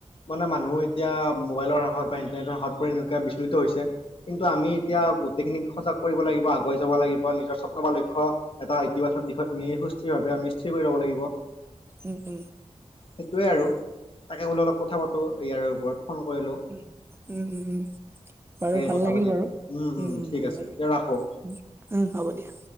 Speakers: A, on the left; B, on the right.
A: মানে মানুহ এতিয়া মোবাইলৰ হাতত বা ইণ্টাৰনেটৰ হাতত পৰি এনেকুৱা বিচলিত হৈছে। কিন্তু আমি এতিয়া গোটেইখিনিক সজাগ কৰিব লাগিব, আগুৱাই যাব লাগিব নিজৰ স্বপ্ন বা লক্ষ্য- এটা ইতিবাচক দিশত নি সুস্থিৰভাৱে স্থিৰ কৰি ল'ব লাগিব।
B: উম, উম।
A: সেইটোৱে আৰু তাকে বোলো অলপ কথা পাতোঁ ইয়াৰে ওপৰত ফোন কৰিলোঁ।
B: উম, উম, উম, উম। বাৰু ভাল
A: কথা
B: লাগিল
A: পাতি
B: বাৰু, উম
A: ঠিক
B: ভাল
A: আছে
B: লাগিল,
A: এতিয়া ৰাখো
B: উম হ'ব দিয়া।